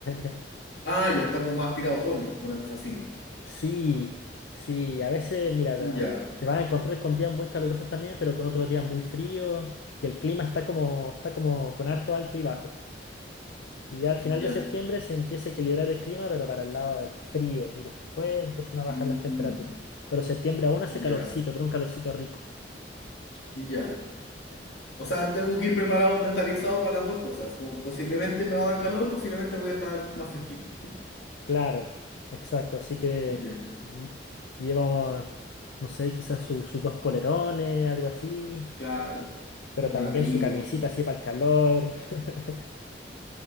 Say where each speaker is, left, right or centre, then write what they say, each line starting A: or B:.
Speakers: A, on the left (about 85°); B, on the left (about 70°).
A: <laughs>
B: Ah, ya está como más tirado a otoño, una cosa así.
A: Sí, sí, a veces, mira, ta-
B: Ya,
A: te vas a encontrar con días muy calurosos también, pero con otros días muy fríos y el clima está como, está como con harto alto y bajo. Y ya al final
B: ya,
A: de septiembre se empieza a equilibrar el clima, pero para el lado del frío y después empiezan a bajar
B: Mm,
A: las temperaturas. Pero septiembre aún hace
B: ya,
A: calorcito, pero un calorcito rico.
B: ya. O sea, tengo que ir preparado, mentalizado para las dos cosas. Como posiblemente me va a dar calor, posiblemente voy a estar más fresquito.
A: Claro, exacto. Así que
B: Ya,
A: lle- lleva, no sé, quizás su- sus dos polerones, algo así,
B: claro.
A: pero
B: Un
A: también
B: buen abrigo.
A: su camisita así para el calor. <laughs>